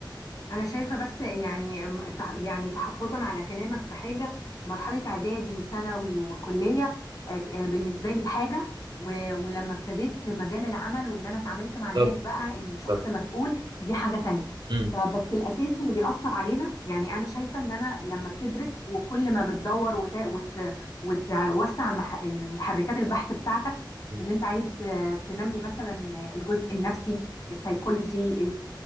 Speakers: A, on the left; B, on the right.
A: انا شايفه بس يعني تح- يعني تحفظا على كلامك في حاجه مرحله اعدادي وثانوي وكليه آه، آه، بالنسبه لي حاجه و- ولما ابتديت مجال العمل وان انا اتعاملت مع الناس
B: بالظبط
A: بقى اني شخص
B: بالظبط
A: مسؤول دي حاجه تانية
B: امم
A: فبس الاساس اللي بيأثر علينا يعني انا شايفه ان انا لما بتدرس وكل ما بتدور وت... وت... وتوسع مح... المحركات البحث بتاعتك
B: أمم.
A: ان انت عايز آه، تنمي مثلا الجزء النفسي السيكولوجي